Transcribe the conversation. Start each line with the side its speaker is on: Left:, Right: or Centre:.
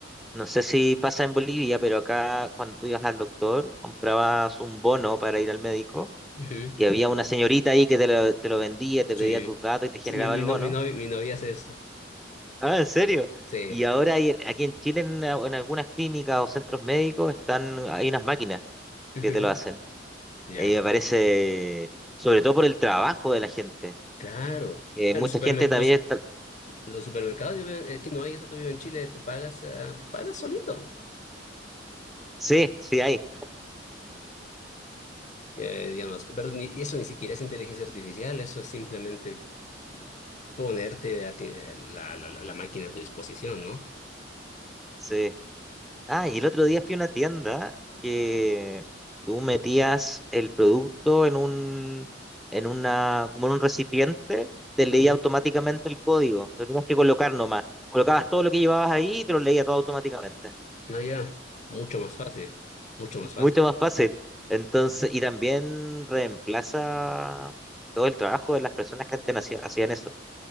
Centre: no sé si pasa en Bolivia, pero acá cuando tú ibas al doctor, comprabas un bono para ir al médico
Left: Ujú.
Centre: y había una señorita ahí que te lo, te lo vendía, te
Left: Sí.
Centre: pedía tus datos y te generaba
Left: Sí, mi, mi,
Centre: el
Left: no-
Centre: bono.
Left: mi, novia, mi novia hace eso.
Centre: Ah, ¿en serio?
Left: Sí,
Centre: Y ahora hay- aquí en Chile, en, a- en algunas clínicas o centros médicos, están, hay unas máquinas
Left: ujú,
Centre: que te lo hacen.
Left: Ya,
Centre: Y me parece, sobre todo por el trabajo de la gente
Left: Claro.
Centre: que
Left: Claro,
Centre: mucha
Left: los, supermer-
Centre: gente también
Left: los, los supermercados, yo veo, eh, que no hay eso todavía en Chile, tú pagas, eh, tú pagas solito,
Centre: Sí, sí hay.
Left: eh, digamos, pero ni- eso ni siquiera es inteligencia artificial, eso es simplemente ponerte a ti- eh, la, la, la la máquina a tu disposición, ¿no?
Centre: Sí. Ah, y el otro día fui a una tienda que tú metías el producto en un, en una, como en un recipiente, te leía
Left: Ujú.
Centre: automáticamente el código. Lo tenías que colocar nomás. Colocabas todo lo que llevabas ahí y te lo leía todo automáticamente.
Left: No, ya, mucho más fácil, mucho más fácil,
Centre: Mucho más fácil. Entonces, y también reemplaza todo el trabajo de las personas que antes no hacía- hacían eso.